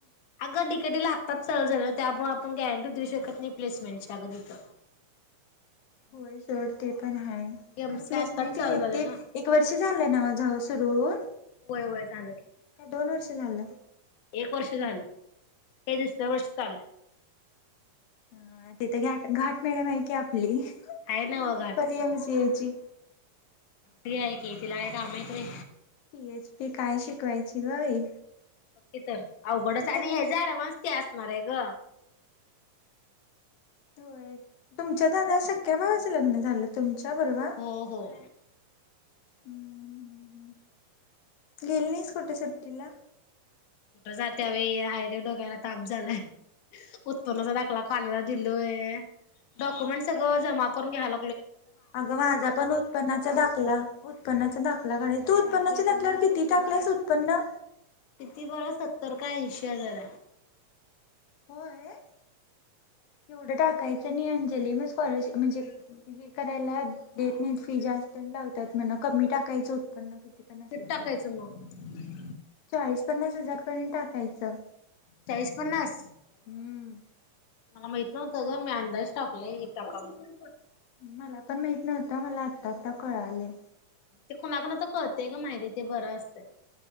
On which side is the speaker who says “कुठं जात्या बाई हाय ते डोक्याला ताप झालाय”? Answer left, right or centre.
Left